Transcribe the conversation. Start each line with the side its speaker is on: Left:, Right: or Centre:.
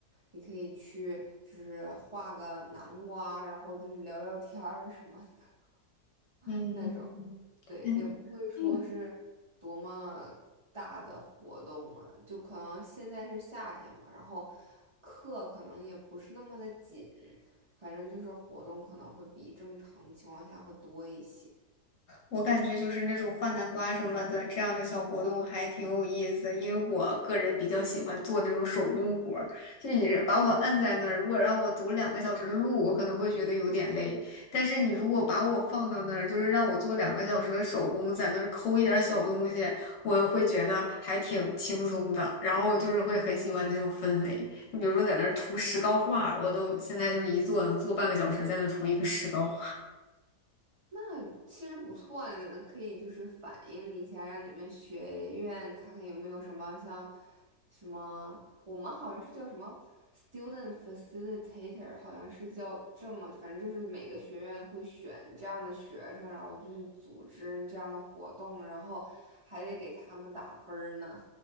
Right: 你可以去就是画个南瓜，然后就是聊聊天儿什么的 <laughs>
Left: 嗯，
Right: 那种。对，
Left: 嗯，
Right: 也不会说是多么大的活动嘛，
Left: 哎
Right: 就可能现在是夏天嘛，然后课可能也不是那么的紧，反正就是活动可能会比正常情况下会多一些。
Left: 我感觉就是那种画南瓜什么的这样的小活动还挺有意思的，因为我个人比较喜欢做那种手工活儿。就你把我摁在那儿，如果让我走两个小时的路，我可能会觉得有点累。但是你如果把我放到那儿，就是让我做两个小时的手工，在那儿抠一点儿小东西，我会觉得还挺轻松的。然后就是会很喜欢那种氛围。就比如说在那儿涂石膏画儿我都现在就是一坐能坐半个小时，在那儿涂一个石膏画。
Right: 那其实不错呢，嗯可以就是反映一下，让你们学院看看有没有什么像什么，我们好像是叫什么 student facilitator，好像是叫这么，反正就是每个学院会选这样的学生，然后就是组织这样的活动，然后还得给他们打分儿呢。